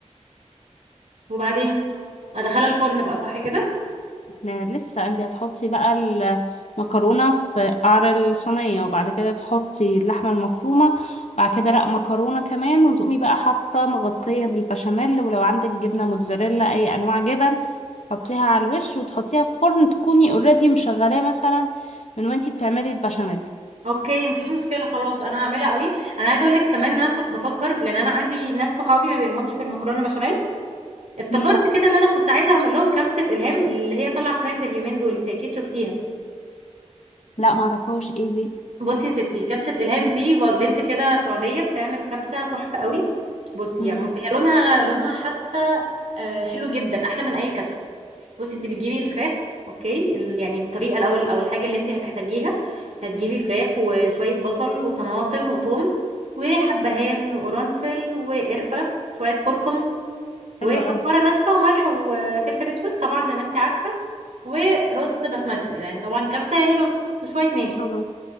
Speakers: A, on the right; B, on the left.
A: وبعدين ادخلها الفرن بقى صح كده
B: لا، لسه انت هتحطي بقى المكرونة في قعر الصينية وبعد كده تحطي اللحمة المفرومة بعد كده رق مكرونة كمان وتقومي بقى حاطة مغطية بالبشاميل ولو عندك جبنة موتزاريلا أي أنواع جبن حطيها على الوش وتحطيها في فرن تكوني اوريدي مشغلاه مثلا من وانتي بتعملي البشاميل
A: اوكي مفيش مشكله خلاص انا هعملها قوي انا عايزه اقول لك كمان ان انا كنت بفكر لان انا عندي ناس صحابي ما بيلهمش في المكرونه بشاميل افتكرت
B: مم.
A: كده ان انا كنت عايزه اعمل لهم كبسه الهام اللي هي طالعه ترند اليومين دول انت اكيد شفتيها
B: لا معرفهاش ايه دي
A: بصي يا ستي كبسة إلهام دي بنت كده سعودية بتعمل كبسة تحفة قوي بصي
B: مم.
A: يعني هي لونها لونها حتى آه، حلو جدا أحلى من أي كبسة بصي انت بتجيبي الفراخ اوكي ال- يعني الطريقه الاول او الحاجه اللي انت هتحتاجيها هتجيبي فراخ وشويه بصل وطماطم وثوم وحبهان وقرنفل وقرفه شويه كركم وكزبره
B: حلوة أوي
A: ناشفه وملح وفلفل اسود طبعا زي ما انت عارفه ورز بسمتي يعني طبعا كبسه يعني رز وشويه ماجي
B: طبعا